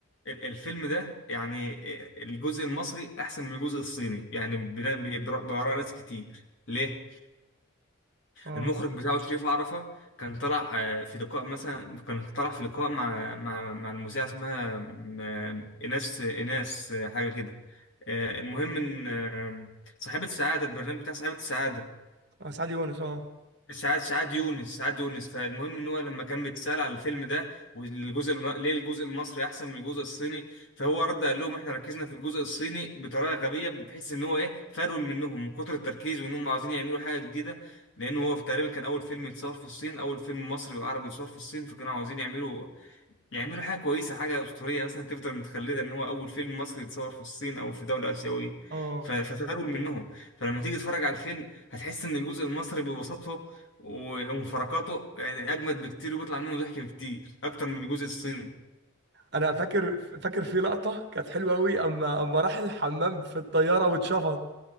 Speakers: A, on the left; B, on the right.
A: ال- الفيلم ده يعني آه، الجزء المصري احسن من الجزء الصيني يعني بنا- بيدر- بآراء ناس كتير ليه؟
B: اه
A: المخرج بتاعه شريف عرفة كان طلع آه، في لقاء مثلا كان طلع في لقاء مع مع مع المذيعة اسمها م- إيناس إيناس آه، حاجة كده آه، المهم إن آه، صاحبة السعادة البرنامج بتاع صاحبة السعادة
B: اه سعد يونس اه
A: سعاد سعاد يونس سعاد يونس فالمهم ان هو لما كان بيتسال على الفيلم ده والجزء الم... ليه الجزء المصري احسن من الجزء الصيني فهو رد قال لهم احنا ركزنا في الجزء الصيني بطريقه غبيه بحيث ان هو ايه فرول منهم من كتر التركيز وانهم عاوزين يعملوا حاجه جديده لان هو في تقريبا كان اول فيلم يتصور في الصين اول فيلم مصري وعربي يتصور في الصين فكانوا عاوزين يعملوا يعملوا حاجة كويسة حاجة أسطورية مثلا تفضل متخلدة إن هو أول فيلم مصري يتصور في الصين أو في دولة آسيوية
B: اه
A: ف- ففرول منهم فلما تيجي تتفرج على الفيلم هتحس إن الجزء المصري ببساطته و- ومفارقاته يعني أجمد بكتير وبيطلع منه ضحك بكتير أكتر من الجزء الصيني
B: انا فاكر فاكر في لقطه كانت حلوه قوي اما اما راح الحمام في الطياره واتشفط